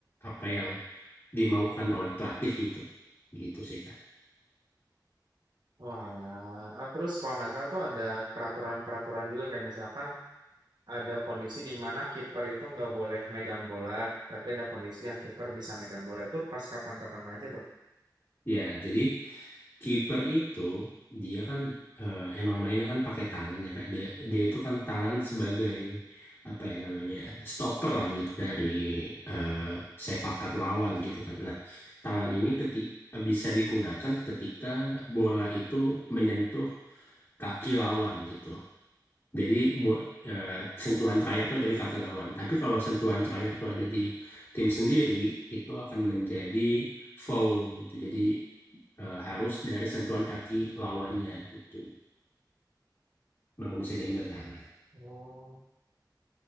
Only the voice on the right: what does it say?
walah. Ah, terus kalau nggak salah tuh ada peraturan-peraturan juga kayak misalkan ada kondisi di mana kiper itu nggak boleh megang bola, tapi ada kondisi yang kiper bisa megang bola itu pas kapan-kapan aja tuh.
Mhm.
Oh,